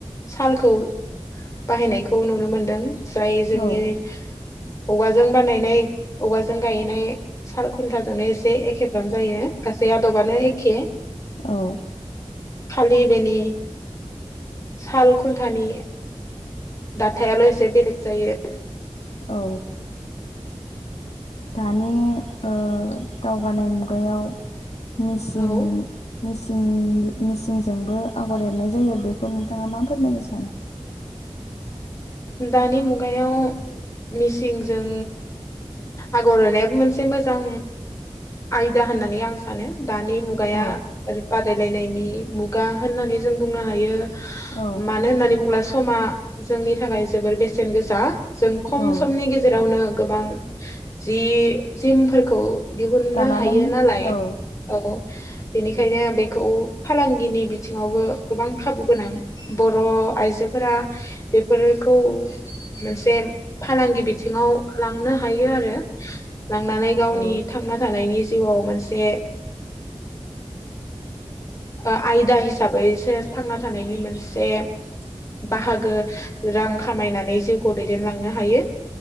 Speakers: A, on the left; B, on the left.
A: सालखौ बाहायनायखौ नुनो मोनदों । जायो जोंनिनो
B: औ
A: औवाजों बानायनाय औवाजों गायनाय साल खुन्थाजोंनो एसे एखेफ्राम जायो गासै आदबानो एखे
B: औ
A: खालि बेनि साल खुन्थानि दाथायाल' एसे बेलेग जायो ।
B: औ दानि ओ दावगानाय मुगायाव मिसिं
A: औ
B: मिसिं मिसिंजोंबो आगर एरनाय जायो बेखौ नोंथाङा मा फोरमायनो सानो ।
A: दानि मुगायाव मिसिंजों आगर एरनायाबो मोनसे मोजां आयदा होननानै आं सानो । दानि मुगाया
B: औ
A: ओरै बाद बादायलायनायनि मुगा होननानै जों बुंनो हायो ।
B: औ
A: मानो होननानै बुंब्लास समा जोंनि थाखाय जोबोर बेसेन गोसा जों खम
B: औ
A: समनि गेजेरावनो गोबां जि जिमफोरखौ दिहुननो
B: दानानै
A: हायो नालाय
B: औ
A: औ बेनिखायनो बेखौ फालांगिनि बिथिङावबो गोबां खाबु गोनां बर' आइजोफोरा बेफोर खौ मोनसे फालांगि बिथिङाव लांनो हायो आरो लांनानै गावनि
B: औ
A: थांना थानायनि जिउआव मोनसे आयदा हिसाबैसो थांना थानायनि मोनसे बाहागो रां खामायनानै जिउखौ दैदेनलांनो हायो